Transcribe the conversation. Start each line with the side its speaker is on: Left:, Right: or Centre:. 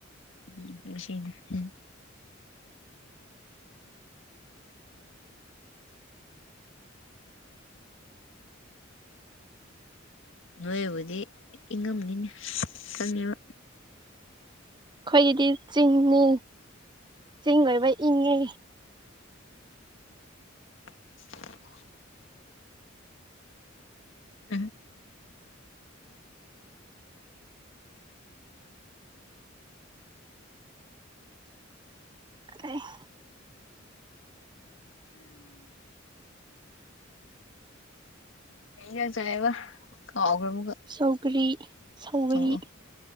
Left: ꯎ ꯅꯨꯁꯤꯅꯦ ꯍꯦ ꯅꯣꯏꯕꯨꯗꯤ ꯏꯪꯉꯝꯅꯤꯅꯦ ꯈꯪꯉꯦꯕ
Right: ꯑꯩꯈꯣꯏꯒꯤꯗꯤ ꯆꯤꯡꯅꯦ ꯆꯤꯡ ꯑꯣꯏꯕꯩ ꯏꯪꯉꯦ
Left: <inaudible> ꯑꯍꯥ
Right: ꯑꯩꯍ
Left: ꯀꯩꯌꯦꯟꯖꯥꯡ ꯆꯥꯏꯌꯦꯕ ꯀꯥꯎꯈ꯭ꯔꯦ ꯑꯃꯨꯛꯀ
Right: ꯁꯧꯒ꯭ꯔꯤ ꯁꯧꯒꯔꯤ
Left: ꯑꯣ ꯑꯣ